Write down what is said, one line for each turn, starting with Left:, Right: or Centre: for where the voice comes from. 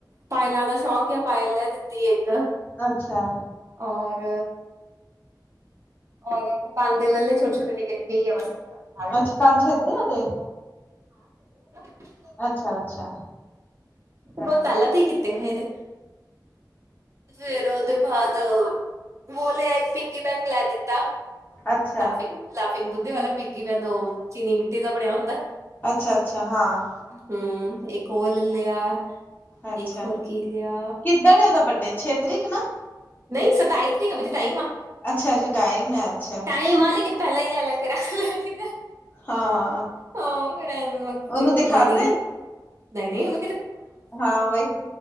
Right: ਪਾਇਲਾਂ ਦਾ ਸ਼ੌਕ ਆ ਪਾਇਲ ਨੇ ਦਿੱਤੀ ਇੱਕ
Left: ਅੱਛਾ
Right: ਔਰ ਔਰ ਇੱਕ ਭਾਂਡੇ ਲੇ ਲੋ ਛੋਟੇ ਛੋਟੇ ਨਿਕੇ ਨਿਕੇ ਹੀ ਆ ਬਸ ਨਾਲ
Left: ਅੱਛਾ ਕੰਨ ਛੇਦੇ ਉਹਦੇ
Right: <unintelligible>
Left: ਅੱਛਾ ਅੱਛਾ
Right: ਬਹੁਤ
Left: ਹਾਂ
Right: ਪਹਿਲਾਂ ਤੇ ਹੀ ਕੀਤੇ ਹੋਏ ਇਹਦੇ ਫੇਰ ਉਹਦੇ ਬਾਅਦ ਵੋ ਲ ਇੱਕ ਪਿੱਗੀ ਬੈਂਕ ਲੈ ਦਿੱਤਾ
Left: ਅੱਛਾ,
Right: ਲਾਫਿੰਗ ਲਾਫਿੰਗ ਬੁੱਧੇ ਵਾਲਾ ਪੀਗੀ ਮੈਨੂੰ ਉਹ ਚੀਨੀ ਮਿੱਟੀ ਦਾ ਬਣਿਆ ਹੁੰਦਾ
Left: ਅੱਛਾ-ਅੱਛਾ ਹਾਂ,
Right: ਹੂੰ ਇੱਕ ਉਹ ਲੈ ਲਿਆ
Left: ਅੱਛਾ।
Right: ਇੱਕ ਹੋਰ ਕੀ ਲਿਆ
Left: ਕਿੱਦਣ ਏ ਉਹਦਾ ਬਰਡੇ ਛੇ ਤਰੀਕ ਨਾ
Right: ਨਹੀਂ ਸਤਾਈ ਤਰੀਕ ਹੈਵੇ ਤੇ ਟਾਈਮ ਆ
Left: ਅੱਛਾ ਅਜੇ ਟਾਈਮ ਐ ਅੱਛਾ
Right: ਨਹੀਂ ਮਾਂ ਲੇਕਨ ਪਹਿਲਾ ਈ ਲੈੈ ਕੇ ਰੱਖ ਲਦੀ
Left: ਹਾਂ,
Right: ਹਾਂ ਫਿਰ ਐਨ <unintelligible>
Left: ਉਹਨੂੰ
Right: ਚ ਹੁੰਦਾ
Left: ਦਿਖਾਤੇ
Right: ਨੀ ਨਹੀਂ ਨਹੀਂ ਉਹ
Left: ਹਾਂ ਉਹੀ